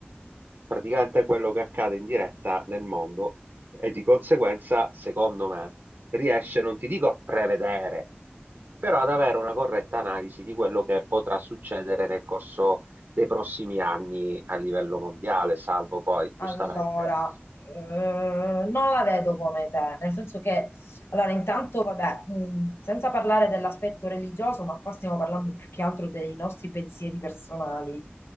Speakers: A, on the right (about 60°); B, on the left (about 85°).
A: praticamente quello che accade in diretta nel mondo e di conseguenza, secondo me, riesce, non ti dico a prevedere, però ad avere una corretta analisi di quello che potrà succedere nel corso dei prossimi anni a livello mondiale, salvo poi,
B: Allora,
A: giustamente,
B: eh, non la vedo come te, nel senso che, allora, intanto, vabbè, mh, senza parlare dell'aspetto religioso, ma qua stiamo parlando più che altro dei nostri pensieri personali.